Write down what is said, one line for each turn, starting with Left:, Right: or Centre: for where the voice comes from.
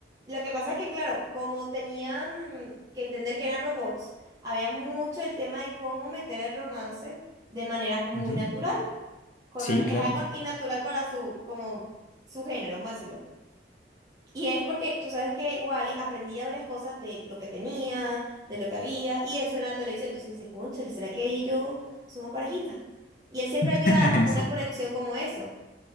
Right: lo que pasa es que, claro, como tenían que entender que eran robots, había mucho el tema de cómo meter el romance de manera muy
Left: Ujú.
Right: natural. con
Left: Sí,
Right: honor-
Left: claro.
Right: es algo innatural para su, como, su género, vamos a decirlo. Y es porque tú sabes que Wally aprendía varias cosas de lo que tenía, de lo que había, y eso era la televisión. Entonces dice, cónchale, ¿será que ella y yo somos parejita? Y él siempre
Left: <laughs>
Right: añoraba
Left: Eso,
Right: una conexión como eso.